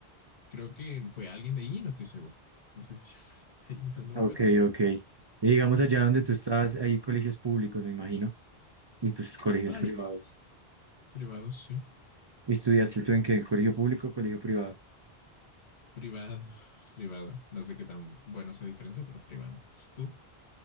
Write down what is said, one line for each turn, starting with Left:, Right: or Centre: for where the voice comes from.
Left: Creo que fue alguien de ahí, no estoy seguro. No sé <laughs> si fue de ahí o no,
Right: ok,
Left: pero.
Right: ok. Y digamos, allá donde
Left: pero...
Right: tú estabas, hay colegios públicos, me imagino, y pues colegios
Left: Ay,
Right: privados.
Left: privado, sí.
Right: ¿Y estudiaste tú en qué? ¿Colegio público o colegio privado?
Left: Privado, <laughs> privado. No sé qué tan bueno esa diferencia, pero privado. Tú,